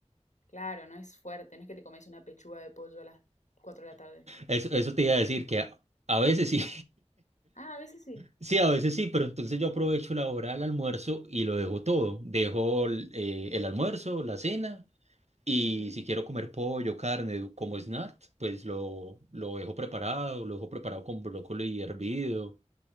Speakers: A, on the left (about 85°); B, on the right (about 65°).
A: Claro, no es fuerte, no es que te comes una pechuga de pollo a las 4 de la tarde.
B: Eso, eso te iba a decir que a, a veces sí,
A: Ah, a veces sí.
B: <laughs> sí, a veces sí, pero entonces yo aprovecho la hora del almuerzo y lo dejo todo. Dejo el eh, el almuerzo, la cena. Y
A: Ujú,
B: si quiero comer pollo, carne, como snack, pues lo, lo dejo preparado, lo dejo preparado con brócoli hervido,